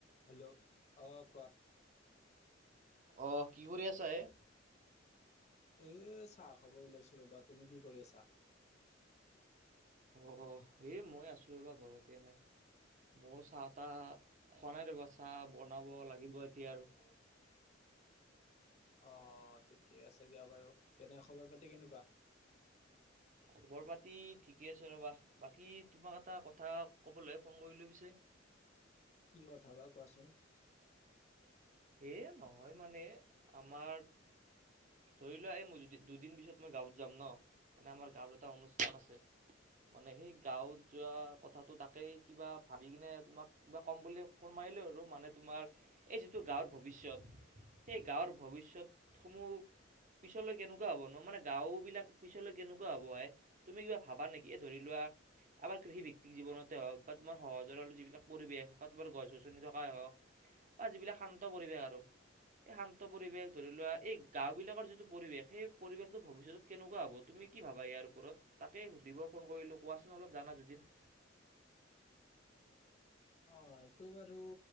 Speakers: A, on the left; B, on the right.
A: Hello অ, কোৱা।
B: অ' কি কৰি আছা হে?
A: এ চাহ খাব ওলাইছোঁ ৰ'বা, তুমি কি কৰি আছা?
B: অ', এ মই আছোঁ ৰ'বা ঘৰতে এনে। মই চাহ তাহ, খোৱা নাই ৰ'বা চাহ বনাব লাগিব এতিয়া আৰু।
A: অ', ঠিকে আছে দিয়া বাৰু, কেনে খবৰ পাতি কেনেকুৱা?
B: খবৰ পাতি ঠিকে আছে ৰ'বা, বাকী তোমাক এটা কথা কবলৈহে ফোন কৰিলোঁ পিছে।
A: কি কথা বা কোৱাচোন।
B: এ নহয় মানে, আমাৰ ধৰি লোৱা এই মোৰ দুদি-দুদিন পিছত মই গাঁৱত যাম ন' মানে, আমাৰ গাঁৱত এটা অনুষ্ঠান আছে। মানে সেই গাঁৱত যোৱা কথাটো তাকেই কিবা ভাবি কিনে তোমাক কিবা কম বুলি ফোন <unintelligible> মানে তোমাৰ, এই <unintelligible> টো গাঁৱৰ ভৱিষ্যত। সেই গাঁৱৰ ভৱিষ্যতসমূহ পিছলৈ কেনেকুৱা হ'ব ন' মানে গাঁওবিলাক পিছলৈ কেনেকুৱা হ'ব এ, তুমি কিবা ভাবা নেকি, এ ধৰি লোৱা আমাৰ কৃষিভিত্তিক জীৱনতে হওক বা তোমাৰ সহজৰল যিবিলাক পৰিৱেশ বা তোমাৰ গছ গছনি থকাই হওক বা যিবিলাক শান্ত পৰিৱেশ আৰু এই শান্ত পৰিৱেশ ধৰি লোৱা, এই গাওঁ বিলাকৰ যিটো পৰিৱেশ, সেই পৰিৱেশটো ভৱিষ্যতত কেনেকুৱা হ'ব? তুমি তুমি কি ভাবা ইয়াৰ ওপৰত তাকে সুধিব ফোন কৰিলো কোৱাচোন অলপ জানা যদিন
A: অ এইটো বাৰু